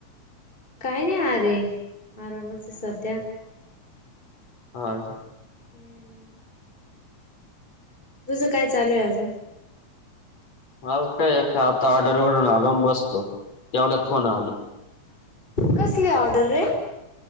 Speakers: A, on the left; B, on the left.
A: काय नाही अरे! आरामच आहे सध्या.
B: हा
A: हम्म तुझं काय चालूय अजून?
B: ह काय ए आता ऑर्डर वरून आलो बसलो तेवढ्यात फोन आल.
A: कसली ऑर्डर रे?